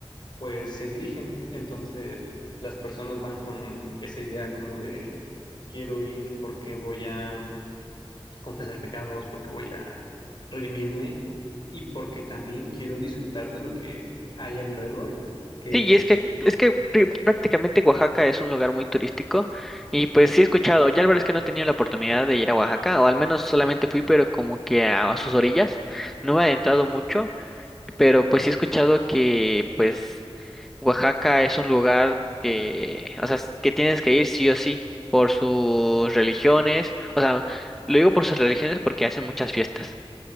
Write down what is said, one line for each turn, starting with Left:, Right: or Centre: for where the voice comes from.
Left: pues se dirigen. Entonces las personas van con esa idea como de quiero ir porque voy a confesar pecados, porque voy a redimirme y porque también quiero disfrutar de lo que hay alrededor, que
Centre: Sí, y es
Left: es
Centre: que, es que pr- prácticamente Oaxaca es un lugar muy turístico y pues sí he escuchado, ya la verdad es que no he tenido la oportunidad de ir a Oaxaca, o al menos solamente fui, pero como que a a sus orillas, no me he adentrado mucho. pero pues sí he escuchado que pues Oaxaca es un lugar que, o sea, s- que tienes que ir sí o sí por sus religiones, o sea, lo digo por sus religiones porque hacen muchas fiestas.